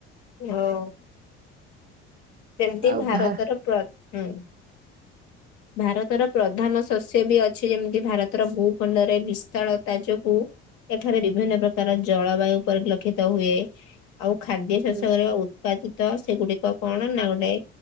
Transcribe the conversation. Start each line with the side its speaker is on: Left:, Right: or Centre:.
Left: <unintelligible> ସେମ୍ତି
Right: ଆଉ
Left: ଭାରତର
Right: ଭା
Left: ପ୍ର ହୁଁ ଭାରତର ପ୍ରଧାନ ଶସ୍ୟ ବି ଅଛି ଯେମିତି ଭାରତର ଭୂଖଣ୍ଡରେ ବିଶାଳ ତାଜୋଗୁ ଏଠାରେ ବିଭିନ୍ନ ପ୍ରକାର ଜଳବାୟୁ ପରିଲକ୍ଷିତ ହୁଏ। ଆଉ ଖାଦ୍ୟ ଶସକରେ
Right: ହୁଁ
Left: ଉତ୍ପାଦିତ ସେଗୁଡିକ କଣ ନା ଗୋଟେ